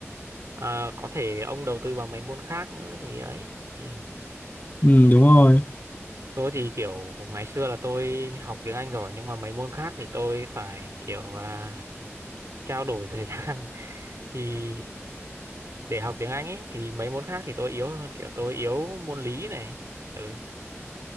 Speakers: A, on the right (about 75°); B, on the left (about 35°).
A: Ờ, có thể ông đầu tư vào mấy môn khác nữa thì ấy ừ.
B: Ừ đúng rồi.
A: Tôi thì kiểu ngày xưa là tôi học tiếng Anh giỏi nhưng mà mấy môn khác thì tôi phải kiểu à, trao đổi thời gian <laughs> thì để học tiếng Anh ấy thì mấy môn khác thì tôi yếu hơn kiểu tôi yếu môn lý này. Ừ.